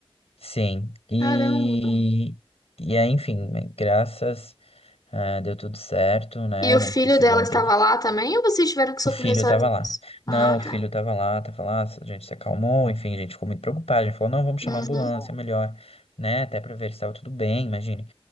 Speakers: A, on the left; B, on the left.
A: Sim. E,
B: caramba.
A: e aí, enfim, né, graças, ah, deu tudo certo, né?
B: E o
A: Não
B: filho
A: precisou,
B: dela
A: não
B: estava
A: teve.
B: lá também ou vocês tiveram que socorrer
A: O filho
B: sozinhos?
A: tava lá.
B: Ah,
A: Não, o filho
B: tá.
A: tava lá, tava lá, a gente se acalmou, enfim, a gente ficou muito preocupado. A gente falou, não, vamos
B: Uhum.
A: chamar a ambulância, é melhor, né? Até pra ver se estava tudo bem, imagine.